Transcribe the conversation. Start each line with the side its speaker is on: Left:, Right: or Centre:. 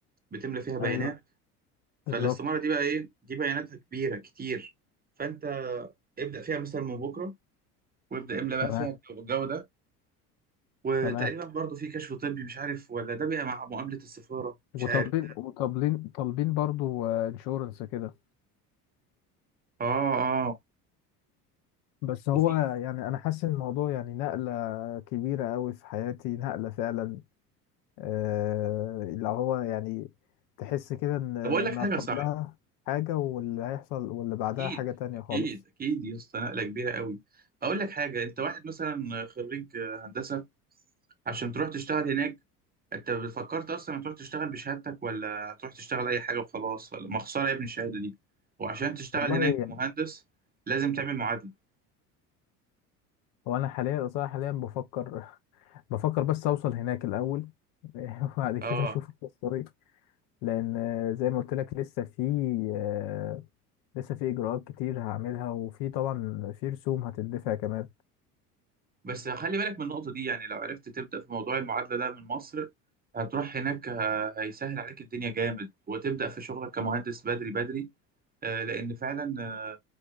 Right: بتملى فيها بيانات
Left: ايوه
Right: فالاستمارة
Left: بالظبط
Right: دي بقى إيه دي بياناتها كبيرة كتير فأنت ابدأ فيها مثلا من بكرة وابدأ املى بقى
Left: تمام
Right: فيها الجو ده وتقريبا
Left: تمام
Right: برضو في كشف طبي مش عارف ولا ده بقى مع مقابلة السفارة مش
Left: وطالبين
Right: عارف
Left: وطالبين طالبين برضو انشورنس كده
Right: اه اه
Left: بس هو
Right: وفي
Left: يعني انا حاسس ان الموضوع يعني نقله كبيره قوي في حياتي نقله فعلا آه اللي هو يعني تحس كده ان
Right: طب اقول لك
Left: ما
Right: حاجة
Left: قبلها
Right: صح
Left: حاجه واللي هيحصل واللي بعدها
Right: اكيد
Left: حاجه تانية
Right: اكيد
Left: خالص
Right: اكيد يا اسطى نقلة كبيرة قوي اقول لك حاجة انت واحد مثلا خريج هندسة عشان تروح تشتغل هناك انت فكرت اصلا تروح تشتغل بشهادتك ولا تروح تشتغل اي حاجة وخلاص ولا ما خسارة يا ابني الشهادة دي وعشان تشتغل
Left: والله
Right: هناك
Left: يعني
Right: مهندس لازم تعمل معادلة
Left: هو انا حاليا صراحه حاليا بفكر <laughs> بفكر بس اوصل هناك الاول <laughs> وبعد كده
Right: اه
Left: اشوف الطريق لان زي ما قلت لك لسه في آه، لسه في اجراءات كتير هعملها وفي طبعا في رسوم هتدفع كمان
Right: بس خلي بالك من النقطة دي يعني لو عرفت تبدأ في موضوع المعادلة ده من مصر هتروح هناك ه- هيسهل عليك الدنيا جامد وتبدأ في شغلك كمهندس بدري بدري آه، لأن فعلا آه،